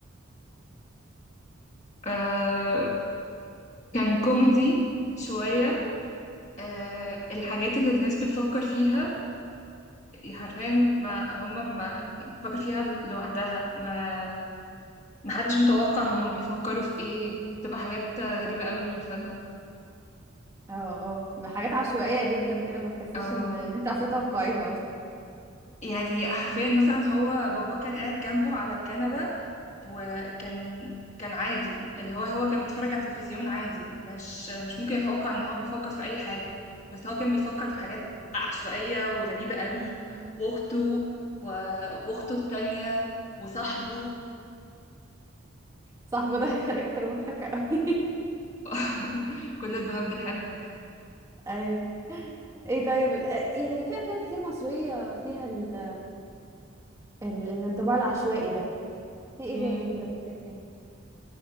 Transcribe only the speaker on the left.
آه كان كوميدي شوية آه الحاجات اللي الناس بتفكر فيها حرفيا ما هم ما بتفكر فيها لوحدها ما ما حدش متوقع هم بيفكروا في ايه تبقى حاجات غريبة قوي ومضحكة
اه
يعني حرفيا مثلا هو بابا كان قاعد جنبه على الكنبة وكان كان عادي اللي هو هو كان بيتفرج على التلفزيون عادي مش مش ممكن يتوقع ان هو بيفكر في اي حاجة بس هو كان بيفكر في حاجات عشوائية وغريبة قوي واخته و- واخته التانية وصاحبه
<laughs> كل البنات بتحبك
مم.